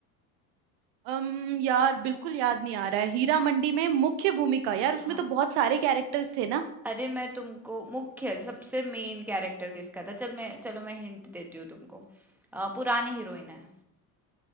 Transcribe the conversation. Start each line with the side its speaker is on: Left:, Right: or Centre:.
Right: अम यार बिल्कुल याद नहीं आ रहा है हीरा मंडी में मुख्य भूमिका यार उसमें
Centre: हाँ
Right: तो बहुत सारे कैरेक्टर्स थे ना
Centre: अरे मैं तुमको मुख्य सबसे मेन कैरेक्टर किसका था चल मैं चलो मैं हिंट देती हूँ तुमको अ, पुरानी हीरोइन है